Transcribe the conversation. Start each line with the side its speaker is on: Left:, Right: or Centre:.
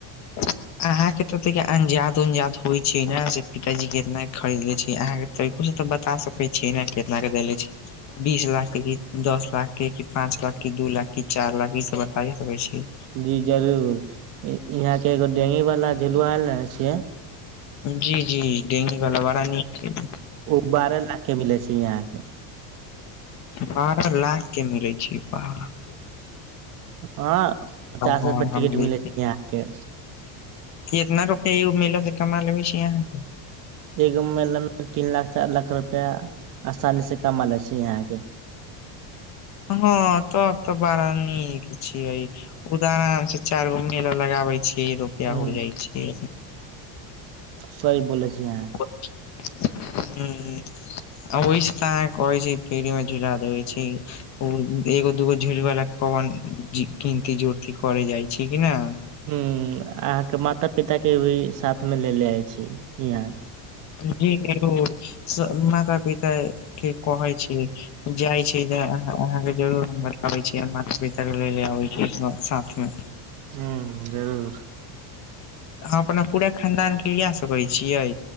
Left: <unintelligible> अहाँ केँ तऽ ओते केँ अंजाद उंजाद होई छै न से पिताजी केतना खरीदले छै अहा के तो से बता सकै छियै न कितना केँ देलै छी बीस लाख की दस लाख केँ की पाँच लाख की दू लाख की चार लाख ई सब बताय सकै छी
Right: जी जरूर यहाँकेँ एगो डेंगी वाला झलुआ आयल ने छे
Left: जी जी <unintelligible>
Right: ओ बारह लाख केँ मिले छै यहााँ केँ
Left: बारह लाख केँ मिलै छै बाप
Right: हँ पचास
Left: महंगा
Right: रुपआ टिकट
Left: मिलै
Right: मिलैत छै यहाँ केँ
Left: इतना रुपआ एगो मेला से कमा लेै छी अहाँ केँ
Right: एगो महिना मे तीन लाख चार लाख रुपआ आसानी से कमा ले छी आहा के
Left: हँ तब त बड़ा नीक छी ओहिए उदार से चार गो मेला लगाबे छियै रुपआ
Right: ह
Left: उड़ जाइ छी
Right: सहि बोलै छी आहँ
Left: <unintelligible> ह ओहिसँ तऽ अहाँ कहै छै पेढ़ी मे झूला देै छै ओ एगो दूगो झुलावलाा कमन कनती जोड़ती कर जाइ छै कि ने
Right: ह अहाँके माता पिता के भी साथ मे ले ले जाइ छी यहा
Left: जी जरर माता पिित के कहै छै जाइ छै अहाँ के जरूर हम बताबै छीै माता पिता के ले ले आबे छी साथ मे
Right: हू जरूर
Left: हम अपना पूरा खानदान के इ सकै छियै